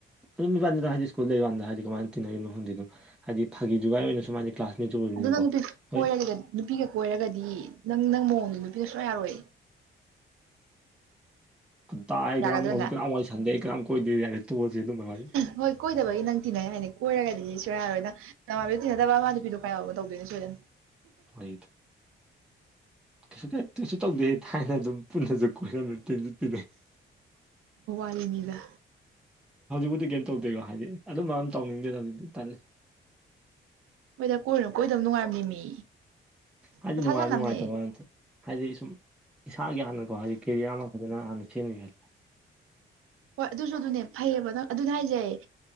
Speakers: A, in the centre; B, on the right (about 85°).
A: ꯑꯗꯨꯝ ꯏꯕꯥꯅꯤꯗꯨꯗ ꯍꯥꯏꯗꯤ ꯁ꯭ꯀꯨꯜ ꯂꯩꯕꯀꯥꯟꯗ ꯍꯥꯏꯗꯤ ꯀꯃꯥꯏꯅ ꯇꯤꯟꯅꯔꯤꯕ ꯃꯐꯝꯗꯤ ꯑꯗꯨꯝ ꯍꯥꯏꯗꯤ ꯐꯥꯒꯤ ꯖꯒꯥꯏ ꯑꯣꯏꯅ ꯁꯨꯃꯥꯏꯅ ꯀ꯭ꯂꯥꯁ ꯃꯆꯨ ꯑꯣꯏꯕꯅꯤꯅꯀꯣ
B: ꯑꯗꯨ ꯅꯪ ꯅꯨꯄꯤ ꯀꯣꯏꯔꯒ
A: ꯍꯣꯏ
B: ꯅꯨꯄꯤꯒ ꯀꯣꯏꯔꯒꯗꯤ ꯅꯪ ꯅꯪ ꯃꯑꯣꯡꯅꯤ ꯅꯨꯄꯤꯒ ꯁꯣꯏ ꯌꯥꯔꯣꯏ
A: ꯇꯝ
B: ꯌꯥꯒꯗ꯭ꯔ
A: ꯍꯧꯖꯤꯛ
B: ꯅꯪ
A: ꯀꯅꯥ ꯋꯥꯔꯤ ꯁꯟꯗꯦ ꯀꯝ ꯀꯣꯏꯗꯦ ꯌꯥꯔꯦ ꯇꯣꯜꯁꯦ ꯑꯗꯨ ꯋꯥꯔꯤꯗꯤ
B: ꯍꯣꯏ ꯀꯣꯏꯗꯕꯒꯤ ꯅꯪ ꯊꯤꯟꯅꯩ ꯍꯥꯏꯅꯤ ꯀꯣꯏꯔꯒꯗꯤ ꯁꯌꯥꯔꯣꯏꯅ ꯅꯃꯥꯕꯤꯣ ꯇꯤꯟꯅꯗꯕ ꯃꯥ ꯅꯨꯄꯤꯗꯣ ꯀꯥꯏꯣ ꯇꯧꯗꯣꯏꯅꯦ ꯁꯣꯏꯗꯅ
A: ꯐꯔꯤꯠ ꯀꯩꯁꯨ ꯀꯩ ꯀꯩꯁꯨ ꯇꯧꯗꯦ ꯊꯥꯏꯅ ꯑꯗꯨꯝ ꯄꯨꯟꯅꯁꯨ ꯀꯣꯏꯔꯃꯦ ꯇꯤꯟꯁꯨ ꯇꯤꯟꯅꯩ
B: ꯅꯤꯗ
A: ꯕꯨꯗꯤ ꯀꯩꯝ ꯇꯧꯗꯦꯀꯣ ꯍꯥꯏꯗꯤ ꯑꯗꯨꯝꯕ ꯑꯗꯨꯝ ꯇꯧꯅꯤꯡꯗꯦꯗꯕꯗꯤ ꯇꯂꯦ
B: ꯍꯣꯏꯗ ꯀꯣꯏꯅꯨ ꯀꯣꯏꯗꯧ ꯅꯨꯡꯉꯥꯏꯝꯅꯤ ꯃꯤ
A: ꯍꯥꯏꯗꯤ
B: ꯀ ꯊ
A: ꯅꯨꯡꯉꯥꯏꯕ
B: ꯆ ꯅꯝꯅꯦ
A: ꯅꯨꯡꯉꯥꯏꯇꯕ ꯉꯥꯛꯇ ꯍꯥꯏꯗꯤ ꯁꯨꯝ ꯏꯁꯥꯒꯤ ꯍꯥꯟꯅꯀꯣ ꯍꯥꯏꯗꯤ ꯀꯦꯔꯤꯌꯔ ꯑꯃ ꯐꯖꯅ ꯍꯥꯟꯅ ꯁꯦꯝꯃꯤ ꯍꯥꯏꯗꯤ
B: ꯍꯣꯏ ꯑꯗꯨꯁꯨ ꯑꯗꯨꯅꯦ ꯐꯩꯌꯦꯕ ꯅꯪ ꯑꯗꯨꯅꯦ ꯍꯥꯏꯖꯩ